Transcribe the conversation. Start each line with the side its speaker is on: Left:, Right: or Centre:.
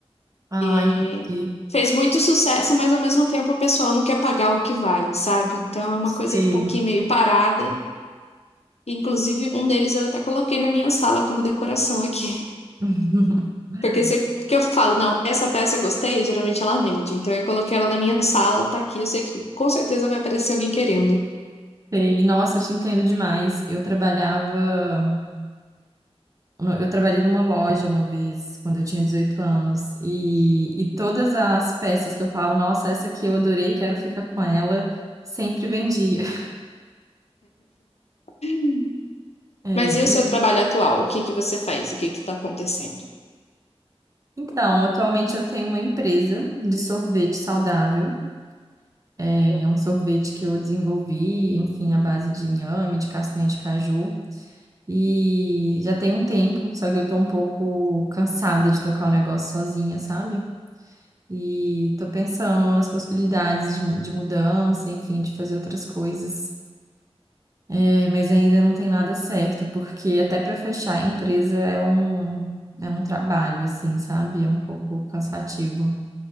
Right: Ah,
Left: E
Right: entendi.
Left: fez muito sucesso, mas ao mesmo tempo o pessoal não quer pagar o que vale, sabe? Então é uma
Right: Sei.
Left: coisa que tá aqui meio parada. Inclusive, um deles eu até coloquei na minha sala como decoração aqui.
Right: <laughs>
Left: Porque sempre que eu falo, não, essa peça eu gostei, geralmente ela vende. Então eu coloquei ela na minha sala, tá aqui, eu sei que com certeza vai aparecer alguém querendo.
Right: Sei. Nossa, eu te entendo demais. Eu trabalhava, eu trabalhei numa loja uma vez, quando eu tinha 18 anos, e, e todas as peças que eu falava, nossa, essa aqui eu adorei, quero ficar com ela, sempre vendia. <laughs>
Left: <laughs>
Right: É,
Left: Mas e o
Right: e
Left: seu trabalho atual? O que que você faz? O que que tá acontecendo?
Right: então, atualmente eu tenho uma empresa de sorvete saudável. É é um sorvete que eu desenvolvi, enfim, à base de inhame, de castanha de caju. E já tem um tempo, só que eu tô um pouco cansada de tocar o negócio sozinha, sabe? E tô pensando nas possibilidades de, mu- de mudança, enfim, de fazer outras coisas. É, mas ainda não tem nada certo, porque até para fechar a empresa é um, é um trabalho, assim, sabe? É um pouco cansativo.